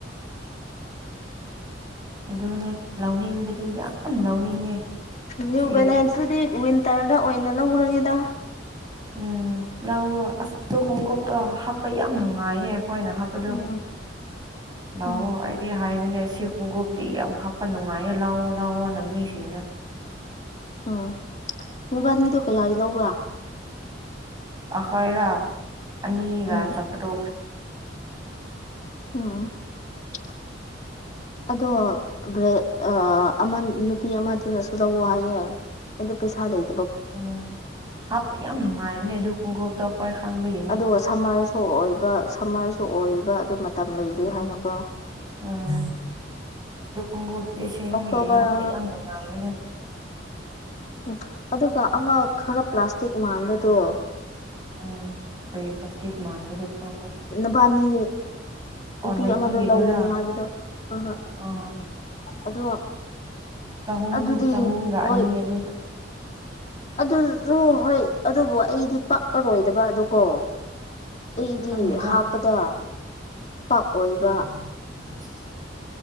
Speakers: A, on the right; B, on the left.
A: ꯑꯗꯨꯅꯦ ꯂꯧꯅꯤꯡꯕꯗꯤ ꯌꯥꯝ ꯂꯧꯅꯤꯡꯉꯦ
B: ꯅ꯭ꯌꯨ
A: ꯁꯤ
B: ꯕꯦꯂꯦꯟꯁꯇꯨꯗꯤ ꯋꯤꯟꯇꯔꯗ ꯑꯣꯏꯅ ꯂꯧꯔꯒꯦꯗ
A: ꯎꯝ ꯂꯧꯑꯣ ꯑꯁꯇꯣ ꯈꯣꯡꯀꯣꯞꯇꯣ ꯍꯥꯞꯄ ꯌꯥꯝ ꯅꯨꯡꯉꯥꯏꯌꯦ ꯑꯩꯈꯣꯏꯅ ꯍꯥꯞ ꯑꯗꯣ
B: ꯎꯝ
A: ꯂꯧꯑꯣ
B: ꯎꯝ
A: ꯑꯩ <unintelligible> ꯍꯥꯏꯕꯅꯦ ꯁꯤ ꯈꯣꯡꯎꯞꯗꯤ ꯌꯥꯝ ꯍꯥꯞꯄ ꯅꯨꯡꯉꯥꯏꯌꯦ ꯂꯥꯎꯑꯣ ꯂꯥꯎꯑꯣꯅ ꯃꯤꯁꯤꯡꯅ
B: ꯑꯥ ꯃꯣꯕꯥꯟꯅꯤꯗꯣ ꯀꯌꯥꯒꯤ ꯂꯧꯕ꯭ꯔꯥ
A: ꯑꯈꯣꯏꯔ ꯑꯅꯤꯒ
B: ꯎꯝ
A: ꯆꯞꯄꯗꯣꯛ
B: ꯎꯝ <inaudible> ꯑꯗꯣ ꯕꯂꯦꯛ ꯑ ꯑꯃ ꯅꯨꯄꯤ ꯑꯃꯗꯨꯅꯁꯨ ꯂꯧꯋꯣ ꯍꯥꯏꯌꯦ ꯑꯗꯨ ꯄꯩꯁꯥ ꯂꯩ
A: ꯎꯝ ꯍꯥꯞꯄ ꯌꯥꯝ ꯅꯨꯡꯉꯥꯏꯕꯅꯦ ꯑꯗꯨ ꯈꯣꯡꯒꯨꯞꯇꯣ ꯑꯩꯈꯣꯏ ꯈꯪꯕꯒꯤꯅꯦ
B: ꯑꯗꯨꯒ ꯁꯝꯃꯔꯁꯨ ꯑꯣꯏꯕ ꯁꯝꯃꯔꯁꯨ ꯑꯣꯏꯕ ꯑꯗꯨ ꯃꯇꯝ ꯂꯩꯔꯤ
A: ꯎꯝ
B: ꯍꯥꯏꯅꯀꯣ
A: ꯎꯝ ꯑꯗꯨ ꯈꯣꯡꯒꯨꯞꯇꯤ ꯁꯦꯡꯕꯒꯤ
B: ꯑꯣꯛꯇꯣꯕꯔ
A: ꯍꯥꯞꯄ ꯌꯥꯝ ꯅꯨꯡꯉꯥꯏꯕꯅꯦ
B: ꯎ ꯑꯗꯨꯒ ꯑꯃ ꯈꯔ ꯄ꯭ꯂꯥꯁꯇꯤꯛ ꯃꯥꯟꯕꯗꯣ
A: ꯎꯝ ꯀꯩ ꯄꯁꯇꯤꯛ ꯃꯥꯥꯟꯕꯗꯀꯣ
B: ꯅꯨꯄꯥꯅꯤ ꯅꯨꯄꯤ
A: ꯅꯥꯏꯀꯤꯒꯤꯗꯨꯔꯥ
B: ꯑꯃꯗꯣ ꯂꯧꯒꯅꯤ ꯍꯥꯏꯕꯗꯣ ꯍꯣꯏ ꯍꯣꯏ
A: ꯑꯣ
B: ꯑꯗꯣ
A: ꯆꯍꯨꯝ
B: ꯑꯗꯨꯗꯤ
A: ꯆꯍꯨꯝꯒ
B: ꯍꯣꯏ
A: ꯑꯅꯤ ꯑꯗꯨ
B: ꯑꯗꯨꯖꯨ ꯍꯣꯏ ꯑꯗꯨꯕꯨ ꯑꯩꯗꯤ ꯄꯛꯑꯔꯣꯏꯗꯕ ꯑꯗꯨ ꯀꯣ ꯑꯩꯗꯤ
A: ꯈꯪꯗꯦꯗ
B: ꯍꯥꯞꯄꯗ ꯄꯥꯛ ꯑꯣꯏꯕ
A: ꯎꯝꯝ